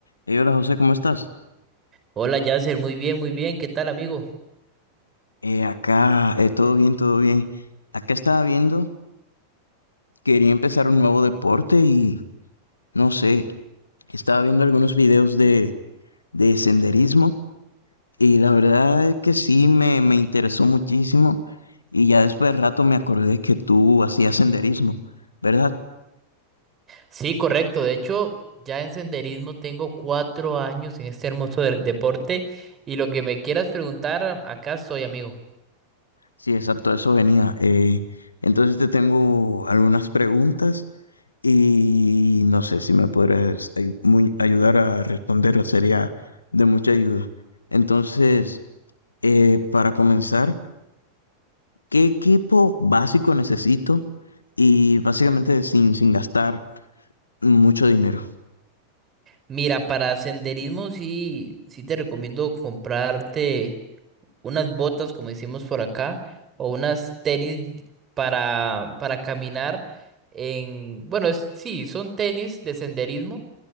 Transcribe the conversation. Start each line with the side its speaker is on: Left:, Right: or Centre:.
Left: Hey, hola José, ¿cómo estás?
Right: Hola Yasser, muy bien, muy bien, ¿qué tal amigo?
Left: Eh, acá, eh, todo bien, todo bien. Acá estaba viendo, quería empezar un nuevo deporte y no sé, estaba viendo algunos videos de, de senderismo y la verdad es que sí me, me interesó muchísimo y ya después de rato me acordé que tú hacías senderismo, ¿verdad?
Right: Sí, correcto, de hecho ya en senderismo tengo cuatro años en este hermoso de- deporte y lo que me quieras preguntar, a- acá estoy amigo.
Left: Sí, exacto, eso venía. Eh, entonces te tengo algunas preguntas Y no sé si me podrías ay- muy- ayudar a responder, sería de mucha ayuda. Entonces, eh, para comenzar, ¿qué equipo básico necesito? Y básicamente sin, sin gastar mucho dinero.
Right: Mira, para senderismo sí, sí te recomiendo comprarte unas botas como decimos por acá o unas tenis para, para caminar en, bueno, es- sí, son tenis de senderismo